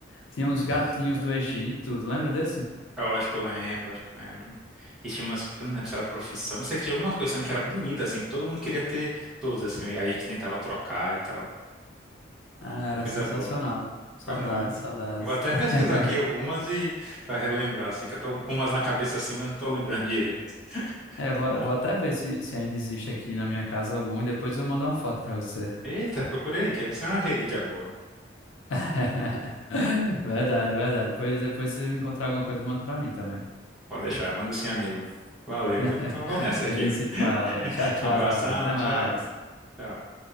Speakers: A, on the left; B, in the centre.
A: Tinha
B: Nossa.
A: uns gatinhos do Egito, tu lembra desse?
B: Eu acho que eu lembro, acho que eu lembro. E tinha umas, eu não lembro se era profissão, não sei que tinha algumas coisas também que era bonita, assim, que todo mundo queria ter todos, assim, e aí a gente tentava trocar e tal. Ah,
A: Ah, era
B: coisa
A: sensacional.
B: boa.
A: Saudades,
B: Pois não é?
A: saudades.
B: Eu vou até
A: <laughs>
B: pesquisar aqui algumas e pra relembrar, assim, que eu tô com umas na cabeça assim, mas não tô lembrando <laughs> direito.
A: É, eu vou,
B: Tomara.
A: vou até ver se, se ainda existe aqui na minha casa algum e depois eu mando uma foto para você.
B: Eita, procurei, que essa é uma relíquia boa.
A: <laughs> Verdade, verdade. Pois depois, se você encontrar alguma coisa, manda pra mim também.
B: Pode deixar, manda sim, amigo. Valeu,
A: <laughs>
B: viu? Então vou nessa
A: A
B: aqui.
A: gente
B: Um
A: se fala. Tchau, tchau,
B: abração,
A: amigo. Até
B: tchau.
A: mais.
B: tchau.